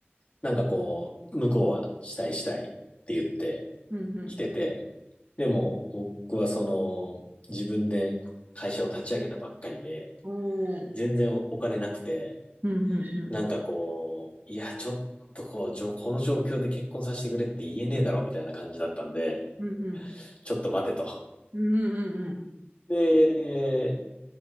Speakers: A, on the left (about 35°); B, on the right (about 50°).
A: なんかこう、向こうはしたいしたいって言って
B: うんうん。
A: きてて、でも僕はその、自分で会社を立ち上げたばっかりで、
B: おお。うん
A: 全然お金なくて、
B: うんうん。
A: なんかこう、いや、ちょっとこう、じょこの状況で結婚させてくれって言えねえだろうみたいな感じだったんで、
B: うんうん。
A: ちょっと待てと。
B: うんうんうんうん。
A: で、